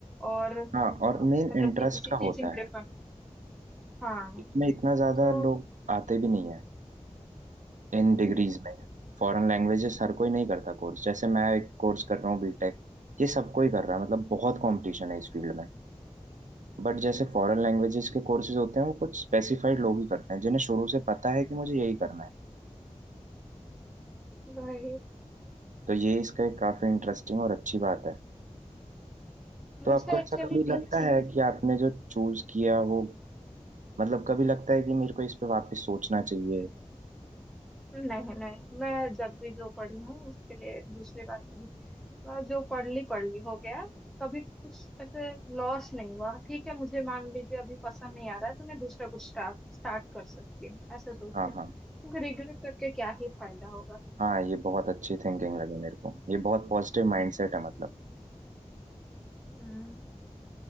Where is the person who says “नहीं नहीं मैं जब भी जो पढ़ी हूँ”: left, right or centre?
Centre